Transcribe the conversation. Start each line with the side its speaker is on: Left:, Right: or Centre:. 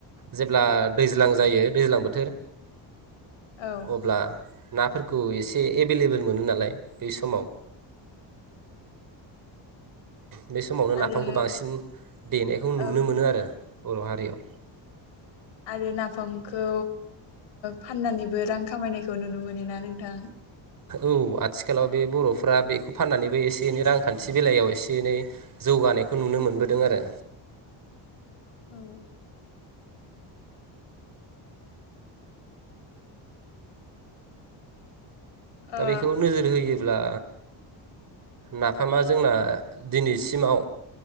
Right: जेब्ला दैज्लां जायो दैज्लां बोथोर।
Left: औ
Right: अब्ला नाफोरखौ एसे एभेलेबेल मोनो नालाय बै समाव बे समावनो
Left: आरो
Right: नाफामखौ बांसिन देनायखौ नुनो
Left: औ
Right: मोनो आरो। बर' हारियाव।
Left: आरो नाफामखौ फाननानैबो ओ रां खामायनायखौ नुनो मोनोना नोंथां।
Right: औ आथिखालाव बे बर'फ्रा बेखौ फाननानैबो एसे एनै रांखान्थि बेलायाव एसे एनै जौगानायखौ नुनो मोनबोदों आरो।
Left: औ। ओ
Right: दा बेखौ नोजोर होयो। ब्ला नाफामा जोंना दिनैसिमाव